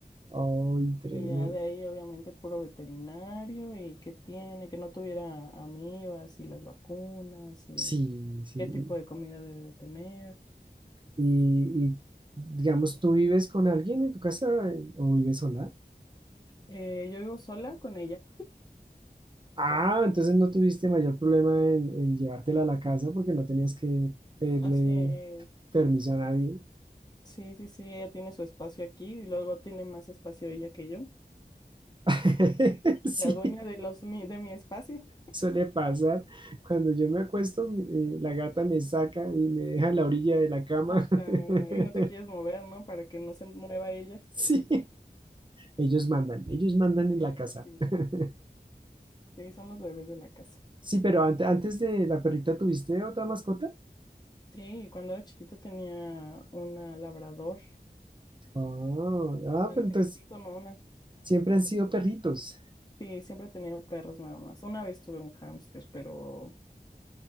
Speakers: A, on the right; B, on the left.
A: Ay, tremendo.
B: Y ya de ahí, obviamente, puro veterinario y qué tiene, que no tuviera amibas y las vacunas y
A: Sí, sí.
B: qué tipo de comida debe de tener.
A: Y, y, digamos, ¿tú vives con alguien en tu casa eh, o vives sola?
B: Eh, yo vivo sola con ella.
A: Ah, entonces no tuviste mayor problema en, en llevártela a la casa porque no tenías que pedirle
B: Hace,
A: permiso a nadie.
B: sí, sí, sí, ella tiene su espacio aquí y luego tiene más espacio ella que yo.
A: <laughs> Sí,
B: La dueña de los mi- de mi espacio.
A: suele pasar. Cuando yo me acuesto, eh, la gata me saca y me deja a la orilla de la cama.
B: Ajá,
A: <laughs>
B: y no te quieres mover, ¿no? Para que no se mueva ella.
A: Sí, ellos mandan, ellos mandan en
B: Sí,
A: la casa.
B: así.
A: <laughs>
B: Sí, son los bebés de la casa.
A: Sí, pero ante- antes de la perrita, ¿tuviste otra mascota?
B: Sí, y cuando era chiquita tenía una labrador,
A: Ah,
B: una
A: ah, pero
B: crecí
A: entonces
B: con una.
A: siempre han sido perritos.
B: Sí, siempre he tenido perros nada más. Una vez tuve un hámster, pero